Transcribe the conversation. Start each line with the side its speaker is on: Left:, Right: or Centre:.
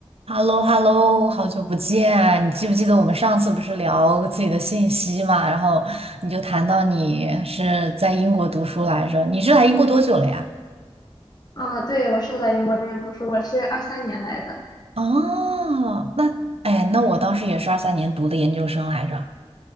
Right: h e l l o h e l l o 好久不见！你记不记得我们上次不是聊自己的信息嘛？然后你就谈到你是在英国读书来着，你是来英国多久了呀？
Left: 嗯，对，我是在英国这边读书，我是二三年来的。
Right: 哦，那哎，那我当时也是二三年读的研究生来着，